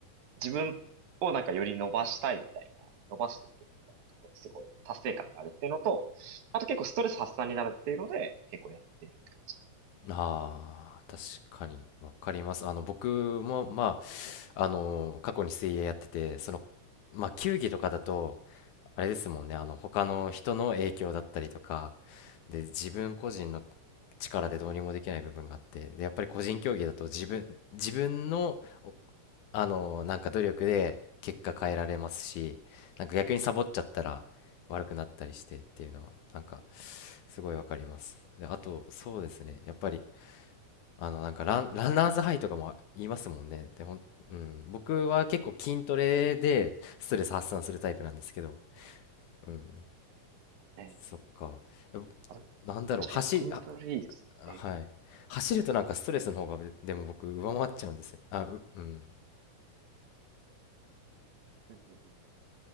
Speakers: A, on the right; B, on the left.
A: 自分をなんかより伸ばしたいみたいな、伸ばしていけるみたいなところですごい達成感があるっていうのと、あと結構ストレス発散になるっていうので、結構やってるって感じ。
B: ああ、確かに、わかります。あの、僕も、まあ、あの、過去に水泳やってて、その、まあ、球技とかだと、あれですもんね、あの、他の人の影響だったりとか、で、自分個人の力でどうにもできない部分があってでやっぱり個人競技だと自分自分のおあのなんか努力で結果変えられますしなんか逆にサボっちゃったら悪くなったりしてっていうのはなんかすごいわかりますであとそうですねやっぱりあのなんかラン、ランナーズハイとかも言いますもんねでほん、うん、僕は結構筋トレでストレス発散するタイプなんですけど、うん、
A: ええ
B: そっかえ
A: あ
B: なんだろう走りあ
A: 確かに筋トレいいですね。
B: はい。
A: ええ
B: 走るとなんかストレスの方がでも僕上回っちゃうんですよね。あ、う、うん。
A: うんうんうんうん